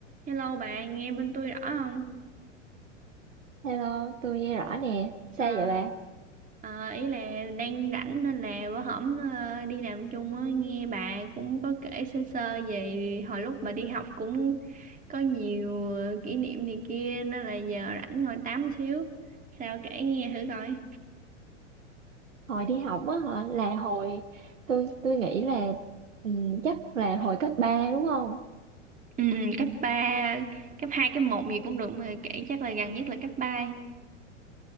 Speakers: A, on the right (about 20°); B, on the right (about 80°).
A: Hello bạn, nghe bên tôi rõ không?
B: Hello, tôi nghe rõ nè. Sao
A: À,
B: vậy bà?
A: à, ý là đang rảnh nên là bữa hổm ờ, đi làm chung á, nghe bà cũng có kể sơ sơ về hồi lúc bà đi học cũng có nhiều ờ, kỷ niệm này kia nên là giờ rảnh ngồi tám xíu. Sao kể nghe thử coi.
B: Hồi đi học á hả? Là hồi tôi tôi nghĩ là ừ, chắc là hồi cấp 3 đúng không?
A: Ừ, cấp ba cấp hai cấp một gì cũng được mà kể chắc là gần nhất là cấp ba